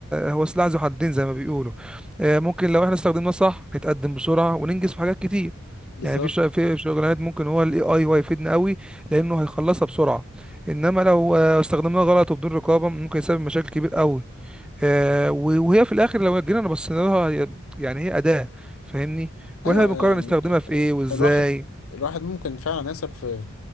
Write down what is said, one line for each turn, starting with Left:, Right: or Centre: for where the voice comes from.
Centre: هو سلاح ذو حدين زي ما بيقولوا آه، ممكن لو احنا استخدمناه صح نتقدم بسرعه وننجز في حاجات كتير
Left: بالظبط
Centre: يعني في شغ- في شغلانات ممكن هو الاي اي هو يفيدنا قوي لانه هيخلصها بسرعه انما لو آه، استخدمناه غلط وبدون رقابه ممكن يسبب مشاكل كبير قوي آه، و- وهي في الاخر لو جينا بصينا لها هي- يعني هي اداه فاهمني واحنا
Left: ايوه
Centre: بنقرر
Left: يعني
Centre: نستخدمها في ايه وازاي
Left: الواحد الواحد ممكن فعلا يثق في